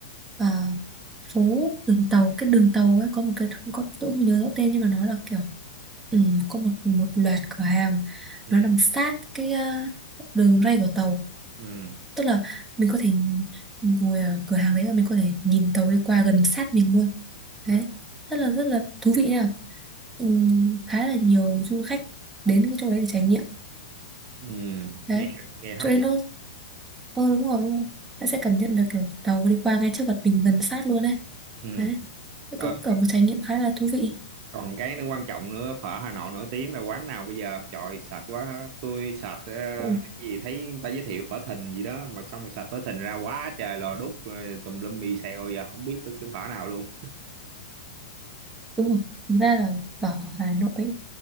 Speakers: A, in the centre; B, on the right (about 40°).
A: ờ, phố đường tàu cái đường tàu ấy có một cái không có tôi không nhớ rõ tên nhưng mà nó là kiểu ừ, có một một loạt cửa hàng
B: ừ,
A: nó nằm sát cái ờ, đường ray của tàu
B: ừ,
A: tức là mình có thể ngồi ở cửa hàng đấy và mình có thể nhìn tàu đi qua gần sát mình luôn
B: ừ,
A: đấy rất là rất là thú vị nha ừ, khá là nhiều du khách đến cái chỗ đấy để trải nghiệm
B: ừ.
A: đấy
B: nghe nghe hấp
A: chỗ đấy
B: dẫn
A: nó Ờ đúng rồi, đúng rồi. Bạn sẽ cảm nhận được kiểu tàu đi qua ngay trước mặt mình gần sát luôn đấy.
B: ừ.
A: Đấy. Thế
B: Ờ,
A: cũng kiểu một trải nghiệm khá là thú vị.
B: còn cái nữa quan trọng nữa phở Hà Nội nổi tiếng là quán nào bây giờ trời sạch quá tôi sạch ờ,
A: Ừ,
B: cái gì thấy người ta giới thiệu phở Thìn gì đó mà xong rồi sạch phở Thìn ra quá trời lò đúc rồi tùm lum mì xèo giờ không biết cái xứ phở nào luôn
A: đúng rồi. Thực ra là ở Hà Nội ấy,